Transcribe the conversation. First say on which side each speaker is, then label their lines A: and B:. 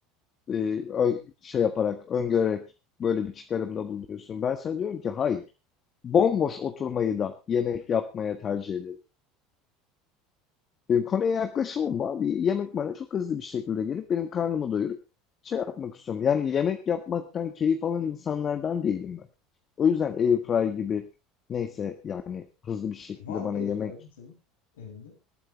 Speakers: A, on the left; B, on the left.
A: e, ö- şey yaparak, öngörerek böyle bir çıkarımda bulunuyorsun. Ben sana diyorum ki hayır. Bomboş oturmayı da yemek yapmaya tercih ederim. Benim konuya yaklaşımım bu abi. Yemek bana çok hızlı bir şekilde gelip benim karnımı doyurup şey yapmak istiyorum. Yani yemek yapmaktan keyif alan insanlardan değilim ben. O yüzden airfryer gibi neyse yani hızlı bir şekilde
B: E var mı
A: bana
B: airfryer'ın
A: yemek
B: senin evinde?